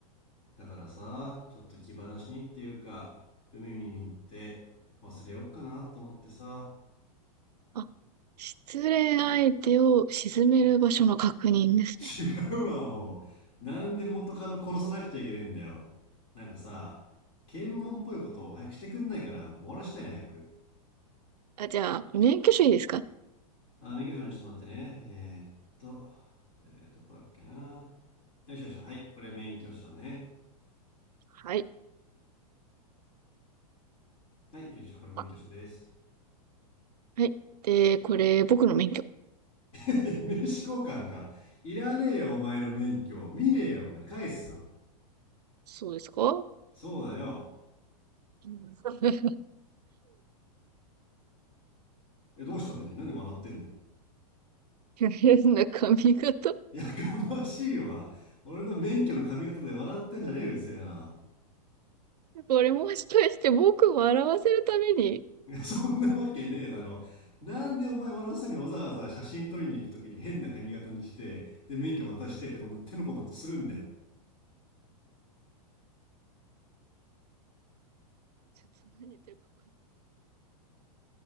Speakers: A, on the left; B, on the right.
A: だからさちょっと気晴らしにっていうか海見に行って忘れよっかなと思ってさ
B: あ。あ、失恋相手を沈める場所の確認ですね。
A: 違うわアホなんで元カノ殺さなくちゃいけねえんだよなんかさ検問っぽいことを早くしてくんないからもう終わらしたいな早く
B: あ、じゃあ、免許証いいですか
A: あ免許証にちょっと待ってねえー、っと、えーどこだっけなよいしょよいしょはいこれ免許証ね
B: はい。
A: はいよいしょこれ免許証です
B: あはい。で、これ、僕の免許。
A: <laughs> 名刺交換か。いらねえよ、お前の免許。見ねえよ、お前。返すわ。
B: そうですか
A: そうだよ。
B: うん <laughs>
A: え、どうしたんだっけ何笑ってんだよ。
B: 変な髪型。
A: <laughs> やましいわ。俺の免許の髪型で笑ってんじゃねえよ、うるせえな。
B: これもしかして僕を笑わせるために
A: いや、そんなわけねえだろ。なんでお前笑わせにわざわざ写真撮りに行くときに変な髪型にして、で、免許渡してって、こんな手の込んだことするんだよ。
B: ちょっと何言ってるか分か